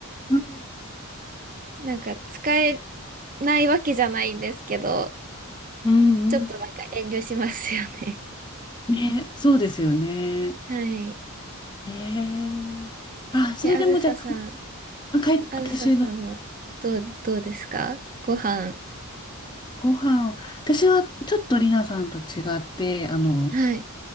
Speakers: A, on the left; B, on the right.
A: うん
B: なんか使えないわけじゃないんですけど、
A: うん
B: ちょっとなんか遠慮しますよね。
A: ね、そうですよね。
B: <laughs> はい。
A: えーあ、それでもじゃ
B: え、あずささん、
A: あ、かい、
B: あずささんはどう、
A: 私の、
B: どうですかご飯。
A: ご飯、私はちょっとりなさんと違って、あの、
B: はい。